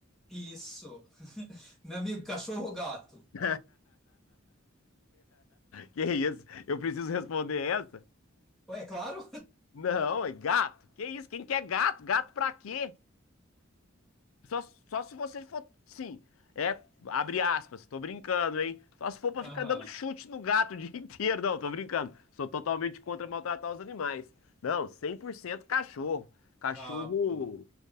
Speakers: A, in the centre; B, on the left.
A: isso. Meu amigo, cachorro ou gato?
B: <laughs> Que isso? Eu preciso responder essa?
A: Ué, é claro.
B: Não, é gato. Que isso? Quem quer gato? Gato pra quê? Só, só se você for, sim, é, abre aspas, tô brincando, hein? Só se for pra
A: Aham.
B: ficar dando chute no gato o dia <laughs> inteiro. Não, tô brincando. Sou totalmente contra maltratar os animais. Não, 100% cachorro. Cachorro,
A: Ah, pô.